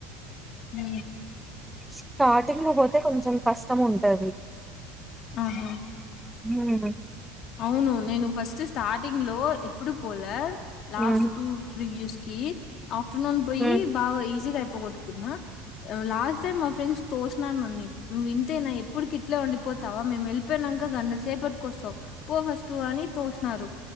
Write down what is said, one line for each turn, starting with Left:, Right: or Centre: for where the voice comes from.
Left: హ
Centre: స్టార్టింగ్ పోతే కొంచెం కష్టం ఉంటది
Left: ఆహా
Centre: ఉ
Left: అవును నేను ఫస్ట్ స్టార్టింగ్ లో అప్పుడు పోలే లాస్ట్
Centre: ఉమ్
Left: టూజస్ క ఆఫ్టర్నూన్ పోయి
Centre: ఉమ్
Left: బా ఈజీగాయి ప్పు కొట్కున్నా లాస్ట్ టైమ్ మా ఫ్రెండ్స్ తోసినాను నన్ని నువ్వు వింతేనా ఎప్పుడుకి ఇట్లా వండిపోతావా మేము వెళ్ళిపోయినాక గంటసేపటికొస్తావు పో ఫస్ట్ అని తోసినారు